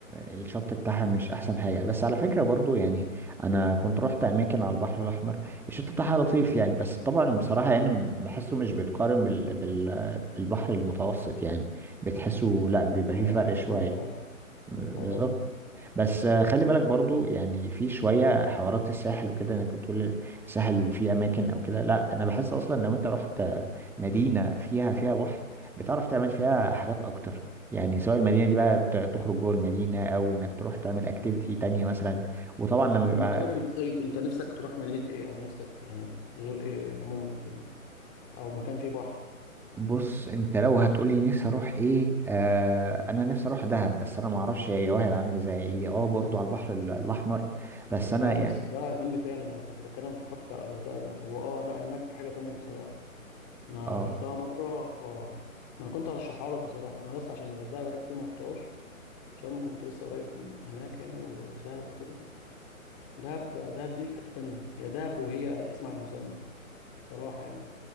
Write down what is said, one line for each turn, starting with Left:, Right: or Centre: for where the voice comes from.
Centre: الشط بتاعها مش احسن حاجه بس على فكره برضو يعني انا كنت رحت اماكن على البحر الاحمر الشط بتاعها لطيف يعني بس طبعا بصراحه يعني بحسه مش بيتقارن بال... بال... بالبحر المتوسط يعني بتحسه لا بيبقى
Left: آه
Centre: فيه فرق
Left: دي حاجة
Centre: شويه
Left: تانية فعلا
Centre: بالظبط
Left: اه طبعا
Centre: بس آه، خلي بالك برضو يعني في شوية حوارات الساحل وكده انك بتقول الساحل فيه اماكن او كده لا انا بحس اصلا لو انت رحت آه، مدينة فيها فيها بحر بتعرف تعمل فيها حاجات اكتر يعني سواء المدينة دي بقى بت- تخرج جوه المدينة او انك تروح تعمل اكتيفيتي تانية مثلا وطبعا لما
Left: طب
Centre: بيبقى
Left: ما تقول لي طيب أنت نفسك تروح مدينة إيه أو نفسك يعني تزور إيه عموما في ال... أو مكان فيه بحر
Centre: بص انت لو هتقولي نفسي اروح ايه آه انا نفسي اروح دهب بس انا معرفش هي وهي عامل ازاي هي اه برضو على البحر ال- الاحمر بس انا
Left: لا بس
Centre: يعني
Left: ده جنب تاني انا كنت بتكلم في الخط بتاع الغردقه ده هو اه لا هناك حاجه تانية بصراحه انا
Centre: اه
Left: رحتها مره آه، ما انا كنت هرشحها لك بصراحه انا بس عشان الغردقه بقالي كتير ما رحتهاش شرم كنت لسه قريب من هناك يعني و- ودهب وكده دهب دهب دي في حته تانية هي دهب وهي اسم على المسمى بصراحه يعني